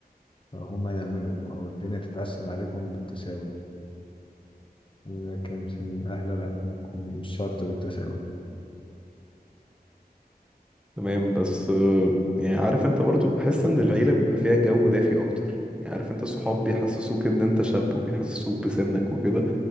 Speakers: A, on the left; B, in the centre.
A: هما يعملوا أو الدنيا تتقسم عليكم بالتساوي لكن في الأهل لأ ممكن مش شرط بالتساوي
B: تمام بس آه، يعني عارف انت برضو بحس ان العيلة بيبقى فيها جو دافي اكتر يعني عارف انت الصحاب بيحسسوك ان انت شاب وبيحسسوك بسنك وكده